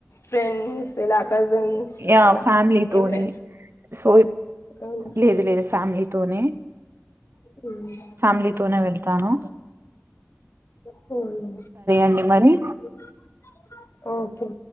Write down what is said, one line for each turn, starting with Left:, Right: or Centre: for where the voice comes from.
Left: ఫ్రెండ్స్ ఇలా కజిన్స్
Right: యాహ్!
Left: ఇలా
Right: ఫ్యామిలీతోనే.
Left: ఎవరైనా.
Right: సో,
Left: అవునా
Right: లేదు లేదు ఫ్యామిలీతోనే
Left: మ్మ్.
Right: ఫ్యామిలీతోనే వెల్. తాను.
Left: పోను
Right: అండి మరి
Left: <unintelligible> ఓకే.